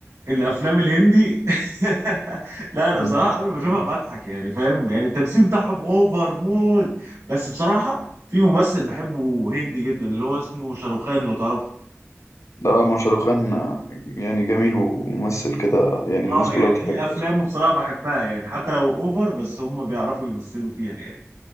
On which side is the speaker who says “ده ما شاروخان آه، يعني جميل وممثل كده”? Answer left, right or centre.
Left